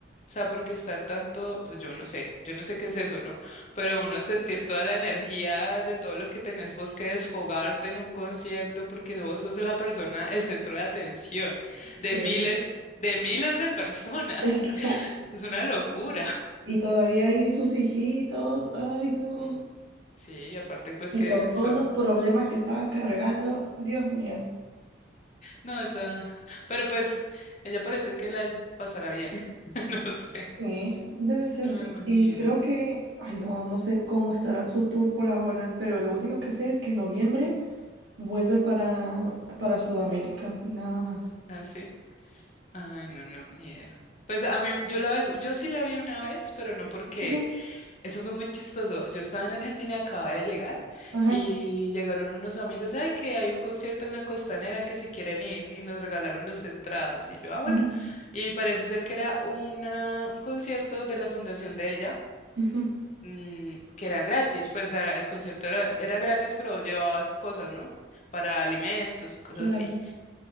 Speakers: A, on the left (about 40°); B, on the right (about 75°).
A: sea, porque estar tanto, o sea, yo no sé, yo no sé qué es eso, ¿no? Pero uno sentir toda la energía de todo lo que tenés vos que desfogarte en un concierto, porque vos sos la persona, el centro de atención
B: Sí,
A: de miles, de miles de personas.
B: <laughs> exacto.
A: <laughs> Es una locura.
B: Y todavía ahí sus hijitos, ay no.
A: Mm, Sí, y aparte pues
B: Y
A: que
B: con
A: suena.
B: todos los problemas que estaba cargando, Dios mío.
A: No, esa, pero pues ella parece que la pasará bien. <laughs> No sé,
B: Sí, debe ser,
A: me
B: sí.
A: imagino.
B: Y creo que, ay, no, no sé cómo estará su tour por ahora, pero lo único que sé es que en noviembre vuelve para, para Sudamérica, nada más.
A: Así. Ay, no, no, ni idea. Pues a mí, yo la vez, yo sí la vi una vez, pero no porque
B: Ajá,
A: eso fue muy chistoso. Yo estaba en Argentina, acababa de llegar
B: ajá,
A: y llegaron unos amigos, ay, que hay un concierto en la Costanera que si quieren ir y nos regalaron las entradas y yo, ah, bueno.
B: ujú,
A: Y parece ser que era una, un concierto de la fundación de ella,
B: ujú,
A: mm, que era gratis, pues o sea, el concierto era, era gratis, pero llevabas cosas, ¿no? Para alimentos y cosas
B: claro.
A: así.